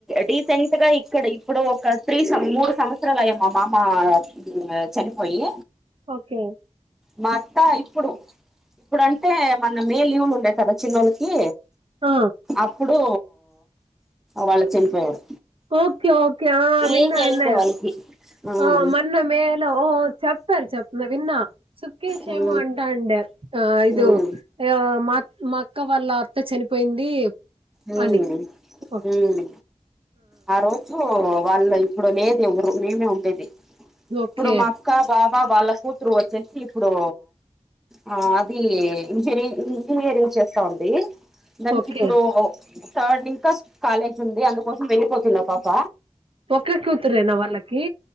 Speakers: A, in the centre; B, on the right.
A: రీసెంట్ గా ఇక్కడ ఇప్పుడు ఒక త్రీ సం మూడు సంవత్సరాలు అయ్యే మా మామా మ్ చనిపోయి
B: ఓకే
A: మా అత్తా ఇప్పుడు ఇప్పుడు అంటే మన మే లీవ్లు ఉండే కద చిన్నోడికి
B: ఆ
A: అప్పుడు వాళ్ళు చనిపోయారు
B: ఓకే ఓకే ఆ విన్న
A: ఏజ్ అయింది
B: విన్న
A: వాళ్ళకి ఉమ్
B: ఆ మన్న మెలో ఓ చెప్పారు చెప్ నే విన్నా సుక్కేచేమో
A: ఉమ్
B: అంటా అండే ఆ ఐదు
A: ఉమ్
B: అ మాక్ మా అక్క వాళ్ళ అత్త చనిపోయింది
A: ఉమ్
B: అని ఓక్
A: ఉమ్ ఆ రో ఉమ్ వాళ్ళ ఇప్పుడు లేదు ఎవరు మేమే ఉండేది,
B: ఓకే
A: ఇప్పుడు మాక్ క్క బాబా వాళ్ళ కూతురు వచ్చేసి ఇప్పుడు, ఆ అది ఇంజినీ ఇంజనీరింగ్ చేస్తా ఉంది, దానికి
B: ఓకే
A: ఇప్పుడు థర్డ్ ఇంకా కాలేజ్ ఉంది అందుకోసం వెళ్ళిపోతుందా పాప
B: ఒక్క కూతురేనా వాళ్ళకి?